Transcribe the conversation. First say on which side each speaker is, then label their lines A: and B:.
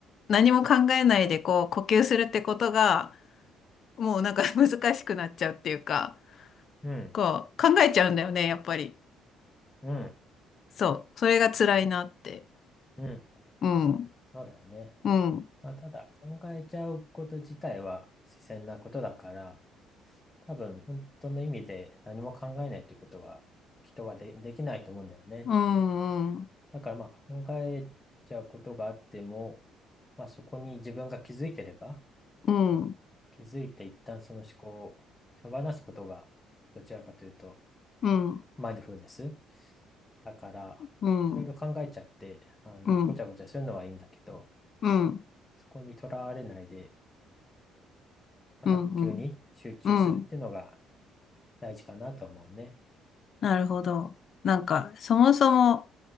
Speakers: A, on the left; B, on the left.
A: う、何も考えないでこう、呼吸するってことが、もうなんか <laughs> 難しくなっちゃうっていうか、
B: うん、
A: こう、考えちゃうんだよね、やっぱり。
B: うん、
A: そう、それが辛いなって。
B: うん。
A: うん、
B: そうだよね。
A: うん、
B: まあ、ただ考えちゃうこと自体は自然なことだから、多分本当の意味で何も考えないってことは人はで、できないと思うんだよね。
A: うん、うん、
B: だからまあ考えちゃうことがあっても、まあそこに自分が気づいてれば、
A: うん、
B: 気づいて一旦その思考を手放すことが、どちらかというと、
A: うん、
B: マインドフルネスだから、
A: うん、
B: いろいろ考えちゃって、あの、
A: うん、
B: ごちゃごちゃするのはいいんだけど、
A: うん、
B: そこにとらわれないで、また呼吸に集中するっていうのが
A: うん、うん。
B: 大事かなと思うね。
A: なるほど。なんか、そもそも、